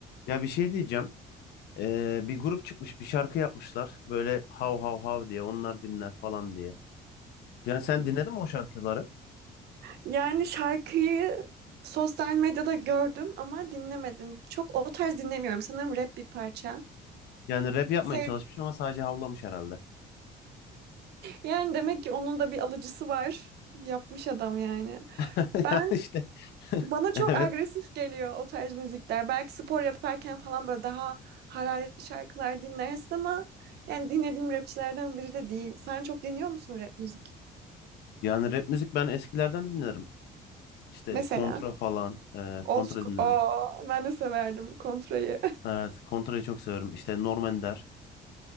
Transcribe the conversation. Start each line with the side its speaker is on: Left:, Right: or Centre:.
Left: Ya bir şey diyeceğim. Ee, bir grup çıkmış, bir şarkı yapmışlar. Böyle hav hav hav diye, onlar dinler falan diye. Yani sen dinledin mi o şarkıları?
Right: Yani şarkıyı sosyal medyada gördüm ama dinlemedim. Çok o tarz dinlemiyorum. Sanırım rap bir parça.
Left: Yani rap yapmaya
Right: Sev-
Left: çalışmış
Right: <laughs>
Left: ama sadece havlamış herhalde.
Right: Yani demek ki onun da bir alıcısı var. Yapmış adam yani.
Left: <laughs>
Right: Ben
Left: Yani işte <laughs>
Right: bana çok
Left: evet.
Right: agresif geliyor o tarz müzikler. Belki spor yaparken falan böyle daha hararetli şarkılar dinlersin ama yani dinlediğim rapçilerden biri de değil. Sen çok dinliyor musun rap müzik?
Left: Yani rap müzik ben eskilerden dinlerim. İşte
Right: Mesela
Left: Kontra falan, e,
Right: Old
Left: Kontra
Right: School.
Left: dinlerim.
Right: Aa, ben de severdim Kontra'yı.
Left: Evet, Kontra'yı çok severim. İşte Norm Ender.